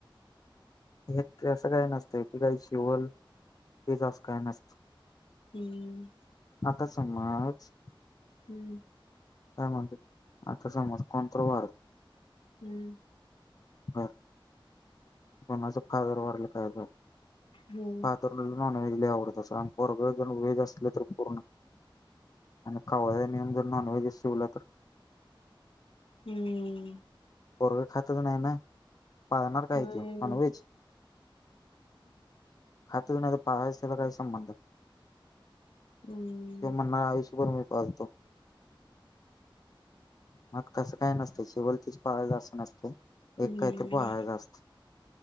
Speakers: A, on the left; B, on the left.
A: हे तसं काय नसतंय, जे शिवल ते अस काय नसते.
B: हम्म
A: आता समज
B: हम्म
A: काय म्हणतात. आता समज कोणतर वारलं,
B: हम्म
A: हा, कोणाचं फादर वारलं, काय
B: हम्म
A: फादरला नॉनव्हेज लई आवडत असल. आणि पोरगं जर व्हेज असलं. तर पूर्ण आणि कावळ्यांन जर नॉनवहेज शिवलं तर,
B: हम्म
A: पोरग खातच नाही ना. पाळणार काय
B: होय.
A: तो नॉनव्हेज? खातच नाही. पाहायचला काही संबंध.
B: हम्म.
A: त्यो म्हणणार आयुष्यभर मी पाळतो. मग तसं काय नसतंय, शिवलतीच पाळायचं असं नसतं त
B: हम्म
A: एक काहीतरी पाळायचं असतं